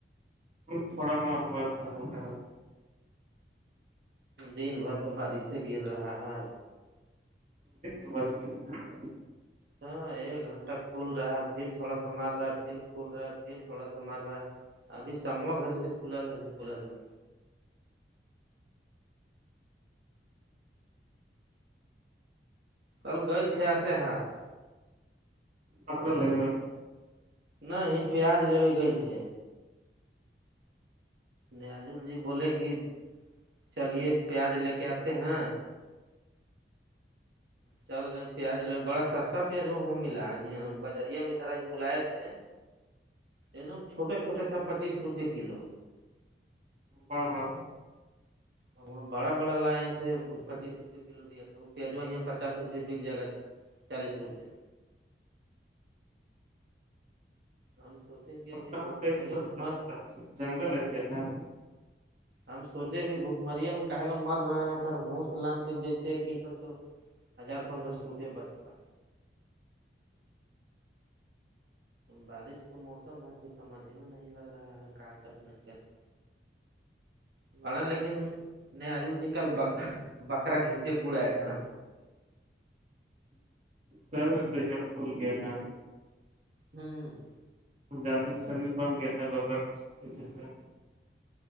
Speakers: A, on the right; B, on the right.
A: تھوڑا موڑا ہوا تھا ہلکا ہلکا
B: دن بھر تو بارش سے گر رہا ہے
A: <inaudible>
B: ہاں ایک گھنٹہ کھل رہا ہے پھر تھوڑا سا مار رہا ہے پھر کھل رہا ہے پھر تھوڑا سا مار رہا ابھی ساموا گھر سے کھلل ہے کھلل ہیں کل گئل تھے آسے ہاتھ
A: پتر لے
B: نہیں ہی پیاز لوے کے تھے نیاجل جی بولے کہ چلیے پیاز لے کے آتے ہیں چل گ پیاز لو بڑا سستا پیاز وہ ملا جاں بجریا میں ادھر مائت ہے ایک دم چھوٹے چھوٹے تھا پچیس روپئے کلو
A: پ بڑا
B: تو وہاں بڑا بڑا لایاسے پچیس روپئے کلو دیا تھا وہ پیزوا یہاں پچاس روپئے بک جائے گا چالیس روپئے ہم سوچے کہ ابھی
A: کہا
B: بھک
A: کیسے
B: مری
A: سستا
B: ہے میں ماں
A: ملتا ہے جنگل ایریا ہے
B: ہم سوچے کہ بھکمریا میں کا لوگ مر رہے ہیں سر ہس لان کے بیچتے ایک کنٹل تو ہزار پندرہ سو روپئے بچتا بارش کا موسم ہے تو سمجھ میں نہیں لگ رہا ہے کا کرے نہیں کرے بڑا لیکن ن آجل جی کل بکرا گھیچے پڑا ایک دم
A: سرش فول گیا تھا ہیں
B: ہوں
A: زیادہ سروس بند گتا ہے بکرای سے